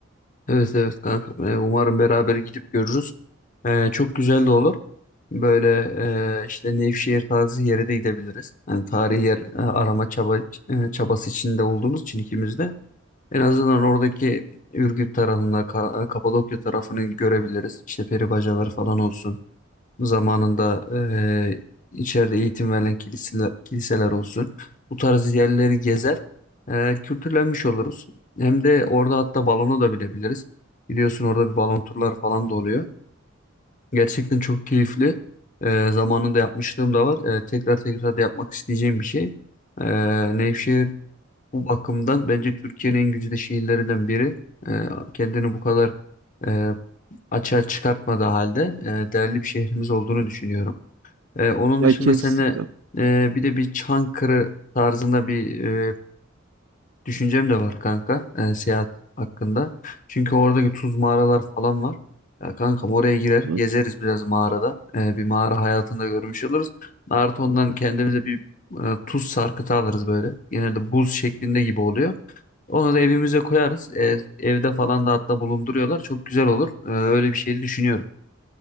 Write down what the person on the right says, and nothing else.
Ya
kesinlikle.
var.